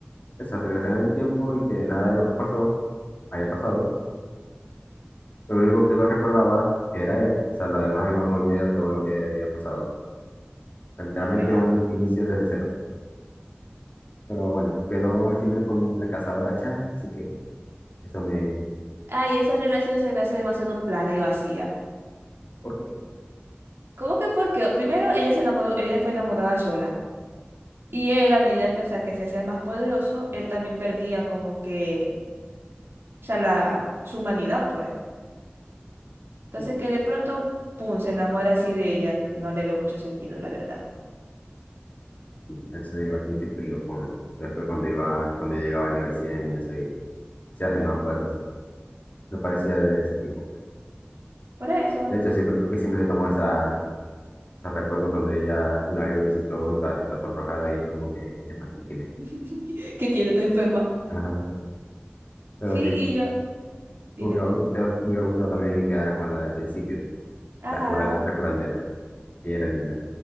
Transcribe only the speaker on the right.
No, que va.
Ay, esa relación se me hace demasiado plana y vacía.
¿Cómo que por qué? Primero, ella se enamoró, ella fue enamorada sola. Y él, a medida que, o sea, que se hacía más poderoso, él también perdía como que, o sea, la, su humanidad, pues. Entonces
que de pronto, pum, se enamora así de ella. No le veo mucho sentido, la verdad.
Por eso.
<laughs> ¿Qué tiene? ¿Está enferma?
Sí,
y yo, dime.
Ajá,